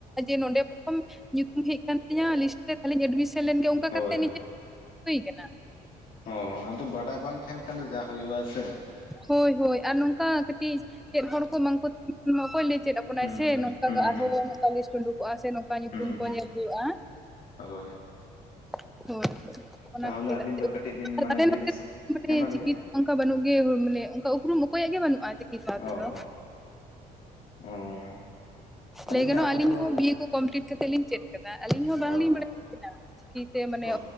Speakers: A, in the centre; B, on the left.
A: ᱡᱮ ᱱᱚᱰᱮ ᱯᱨᱚᱛᱷᱚᱢ ᱧᱩᱛᱩᱢ ᱦᱮᱡ ᱠᱟᱱ ᱛᱤᱧᱟ ᱞᱤᱥᱴ ᱛᱮ ᱛᱟᱦᱚᱸᱞᱮ ᱮᱰᱢᱤᱥᱚᱱ ᱞᱮᱱᱜᱮ ᱚᱱᱠᱟ
B: ᱦᱳᱭ
A: ᱠᱟᱛᱮᱜ
B: ᱦᱳᱭ
A: ᱱᱤᱡᱮ ᱦᱩᱭ ᱠᱟᱱᱟ
B: ᱚ ᱟᱫᱚ ᱵᱟᱰᱟᱭ ᱵᱟᱝ ᱛᱟᱦᱮᱱ ᱠᱷᱟᱱ ᱫᱚ ᱡᱟ ᱦᱳᱭᱳᱜᱼᱟ ᱥᱮ᱾
A: ᱦᱳᱭ ᱦᱳᱭ ᱟᱨ ᱱᱚᱝᱠᱟ ᱠᱟᱹᱴᱤᱡ ᱪᱮᱫ ᱦᱚᱲ ᱠᱚ ᱵᱟᱝᱠᱚ ᱚᱠᱚᱭ ᱞᱮ ᱪᱮᱫ ᱟᱵᱚᱱᱟᱭ
B: ᱦᱩᱸ
A: ᱥᱮ
B: ᱦᱩᱸ
A: ᱱᱚᱝᱠᱟ
B: ᱦᱩᱸ ᱦᱩᱸ
A: ᱦᱚᱸ ᱱᱚᱝᱠᱟ ᱞᱤᱥᱴ ᱩᱰᱩᱠᱚᱜᱼᱟ ᱥᱮ ᱱᱚᱝᱠᱟ ᱧᱩᱛᱩᱢ
B: ᱦᱩᱸ
A: ᱠᱚ
B: ᱦᱩᱸ
A: ᱧᱮᱞ ᱦᱩᱭᱩᱜᱼᱟ᱾
B: ᱦᱳᱭ
A: ᱦᱳᱭ ᱦᱳᱭ ᱚᱱᱟ
B: ᱛᱟᱦᱚᱞᱮ
A: ᱠᱷᱟᱹᱛᱤᱨ
B: ᱟᱹᱵᱤᱱ
A: ᱛᱮ
B: ᱫᱚ ᱠᱟᱹᱴᱤᱡ ᱵᱤᱱ ᱢᱟᱱᱮ
A: ᱟᱞᱮ
B: ᱤᱭᱟᱹ
A: ᱱᱚᱛᱮ
B: ᱫᱤᱥ
A: ᱢᱟᱱᱮ
B: ᱦᱮᱸ ᱢᱟ ᱞᱟᱹᱭᱵᱤᱱ
A: ᱪᱤᱠᱤ <inaudible> ᱚᱱᱠᱟ ᱵᱟᱹᱱᱩᱜ ᱜᱮ ᱢᱟᱱᱮ ᱚᱱᱠᱟ ᱩᱯᱨᱩᱢ ᱚᱠᱚᱭᱟᱜ ᱜᱮ ᱵᱟᱹᱱᱩᱜᱼᱟ᱾ ᱪᱤᱠᱤ ᱥᱟᱶ
B: ᱚ
A: ᱛᱮᱫᱚ
B: ᱚ ᱟᱹᱞᱤᱧᱟᱜ
A: ᱞᱟᱹᱭ ᱜᱟᱱᱚᱜ
B: ᱟᱛᱳ
A: ᱟᱞᱤᱧ
B: ᱫᱚ
A: ᱦᱚᱸ ᱵᱤᱭᱮ ᱠᱚ ᱠᱚᱢᱯᱞᱤᱴ ᱠᱟᱛᱮᱫ ᱞᱤᱧ ᱪᱮᱫ ᱠᱟᱫᱟ ᱟᱹᱞᱤᱧ ᱦᱚᱸ ᱵᱟᱝᱞᱤᱧ
B: ᱚ
A: ᱵᱟᱲᱟᱭᱮᱫ ᱛᱟᱦᱮᱱᱟ ᱾ ᱪᱤᱠᱤᱛᱮ ᱢᱟᱱᱮ
B: ᱚ